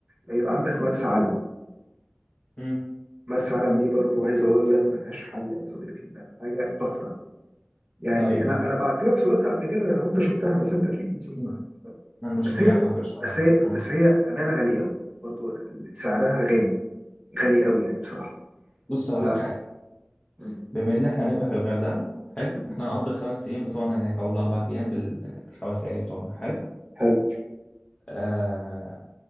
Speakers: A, on the right; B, on the left.
A: هيبقى عندك مرسى علم
B: امم
A: مرسى علم دي برضو عايز اقول لك ملهاش حل يا صديقي حاجه تحفه يعني
B: طيب
A: انا
B: ما هو
A: انا بعت لك صورتها قبل كده لو انت شفتها بس انت تليك نسيت
B: مم.
A: ما حدش بالك.
B: انا مش
A: بس
B: مجمع
A: هي
B: كنتش مجمع
A: بس هي
B: اه
A: بس هي امانه غاليه قوي برضو سعرها غالي غالي قوي يعني بصراحه
B: بص هقول
A: ف...
B: لك حاجه
A: م-
B: بما ان احنا هنبقى في الغردقه حلو
A: م-
B: احنا هنقضي الخمس ايام بتوعنا هناك او الاربع ايام بال... بالخمس ليالي بتوعنا حلو
A: حلو
B: آه...